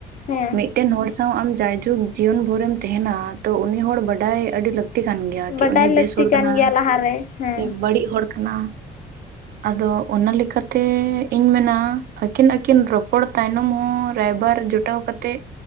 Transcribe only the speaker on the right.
ᱢᱤᱫ ᱢᱤᱫᱴᱮᱱ ᱦᱚᱲ ᱥᱟᱸᱶ ᱟᱢ ᱡᱟᱭᱡᱩᱜᱽ ᱡᱤᱭᱚᱱ ᱵᱷᱳᱨᱮᱢ ᱛᱮᱦᱮᱱᱟ ᱛᱚ ᱩᱱᱤ ᱦᱚᱲ ᱵᱟᱰᱟᱭ ᱟᱹᱰᱤ ᱞᱟᱹᱠ ᱞᱟᱹᱠᱛᱤ ᱠᱟᱱ ᱜᱮᱭᱟ, ᱠᱤ
ᱩᱱᱤ
ᱵᱮᱥ ᱦᱚᱲ
ᱠᱟᱱᱟ
ᱥᱮ ᱵᱟᱹᱲᱤᱡ ᱦᱚᱲ, ᱠᱟᱱᱟ, ᱟᱫᱚ ᱚᱱᱟ ᱞᱮᱠᱟᱛᱮ ᱤᱧ ᱢᱮᱱᱟ ᱟᱹᱠᱤᱱ ᱟᱹᱠᱤᱱ ᱨᱳ ᱯᱚᱲ ᱛᱟᱭᱱᱚᱢ ᱦᱚᱸ ᱨᱟᱭᱵᱟᱨ ᱡᱚᱴᱟᱣ ᱠᱟᱛᱮᱫ᱾